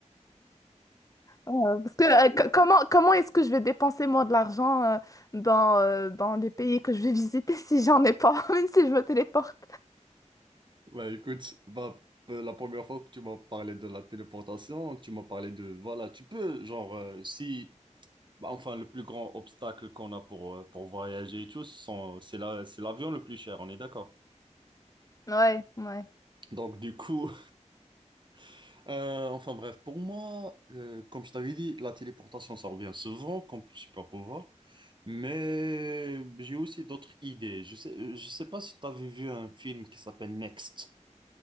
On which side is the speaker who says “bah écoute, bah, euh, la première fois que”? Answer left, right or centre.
Right